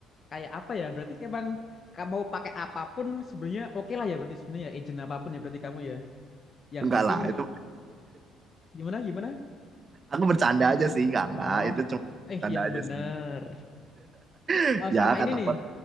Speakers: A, on the left; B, on the right.
A: kayak apa ya? Berarti emang kamu mau pakai apapun sebenarnya oke lah ya berarti sebenarnya agent apapun ya berarti kamu ya. Yang
B: enggak
A: penting
B: lah itu
A: gimana gimana?
B: aku bercanda aja sih enggak
A: Oh,
B: enggak itu cuma
A: eh
B: bercanda
A: yang
B: aja
A: bener.
B: sih <laughs>
A: Oh, sama
B: ya kata
A: ini nih.
B: orang